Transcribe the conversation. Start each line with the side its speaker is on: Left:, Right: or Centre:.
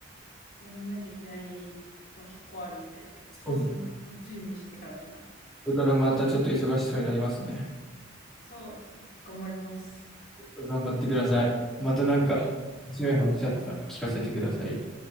Left: やんなきゃいけない、まあ、結構あるんで、
Centre: そうそう
Left: そろそろ準備していかなきゃな。
Centre: これからまたちょっと忙しそうになりますね。
Left: そうですね。頑張ります。
Centre: 頑張ってください。またなんか、
Left: はい。
Centre: 強い話あったら聞かせてください。